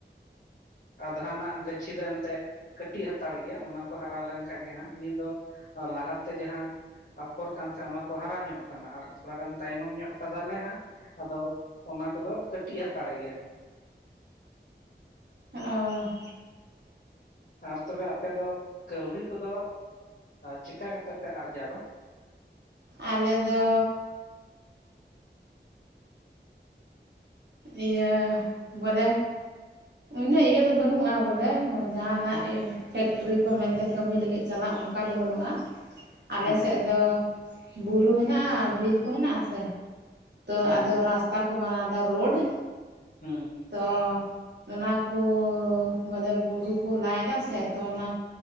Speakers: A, on the left; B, on the right.
A: ᱟᱫᱷᱟ ᱱᱟᱸᱜ ᱜᱟᱹᱪᱷᱤ ᱫᱚ ᱮᱱᱛᱮᱫ᱾ ᱠᱟᱹᱴᱤᱡ ᱦᱟᱛᱟᱲ ᱜᱮᱭᱟ ᱚᱱᱟ ᱠᱚ ᱦᱟᱨᱟ ᱞᱮᱱᱠᱷᱟᱡ ᱜᱮ ᱦᱟᱸᱜ ᱱᱤᱫ ᱫᱚ ᱞᱟᱦᱟᱛᱮ ᱡᱟᱦᱟᱸ᱾ ᱟᱯᱷᱚᱨ ᱠᱟᱱ ᱛᱟᱦᱮᱱ ᱚᱱᱟ ᱠᱚ ᱦᱟᱨᱟ ᱧᱚᱜ ᱠᱟᱱᱟ ᱟᱨ ᱛᱷᱚᱲᱟ ᱜᱟᱱ ᱛᱟᱭᱱᱚᱢ ᱧᱚᱜ ᱠᱟᱫᱟᱞᱮ ᱦᱟᱸᱜ᱾ ᱟᱫᱚ ᱚᱱᱟ ᱠᱚᱫᱚ ᱠᱟᱹᱴᱤᱡ ᱦᱟᱛᱟᱲ ᱜᱮᱭᱟ᱾
B: ᱚ
A: ᱟᱨ ᱛᱚᱵᱮ ᱟᱯᱮ ᱫᱚ ᱠᱟᱹᱣᱬᱤ ᱠᱚᱫᱚ ᱪᱮᱠᱟ ᱠᱟᱛᱮ ᱯᱮ ᱟᱨᱡᱟᱣᱟ?
B: ᱟᱞᱮᱫᱚ ᱤᱭᱟᱹ ᱵᱚᱞᱮ ᱩᱱᱟᱹᱜ ᱤᱭᱟᱹ ᱫᱚ ᱵᱟᱹᱱᱩᱜᱼᱟ ᱵᱚᱞᱮ ᱦᱳᱭ ᱡᱟᱦᱟᱱᱟᱜ ᱯᱷᱮᱠᱴᱨᱤ ᱠᱚ ᱢᱮᱱᱛᱮ ᱠᱟᱹᱢᱤ ᱞᱟᱹᱜᱤᱫ ᱪᱟᱞᱟᱜ ᱚᱱᱠᱟ ᱫᱚ ᱵᱟᱹᱱᱩᱜᱼᱟ ᱟᱞᱮᱥᱮᱫ
A: ᱦᱮᱸ ᱦᱮᱸ
B: ᱫᱚ ᱵᱩᱨᱩ ᱦᱮᱱᱟᱜᱼᱟ ᱵᱤᱨ ᱠᱚ ᱦᱤᱱᱟᱜᱼᱟ ᱥᱮ ᱛᱚ
A: ᱦᱮᱸ
B: ᱟᱫᱚ ᱨᱟᱥ ᱛᱟ ᱠᱚ ᱵᱟᱱᱟᱣ ᱫᱟ ᱨᱳᱰ
A: ᱦᱩᱸ
B: ᱛᱚ ᱚᱱᱟᱠᱚ ᱵᱚᱞᱮ ᱵᱩᱨᱩ ᱠᱚ ᱞᱟᱭ ᱫᱟ ᱥᱮ ᱛᱚ ᱚᱱᱟ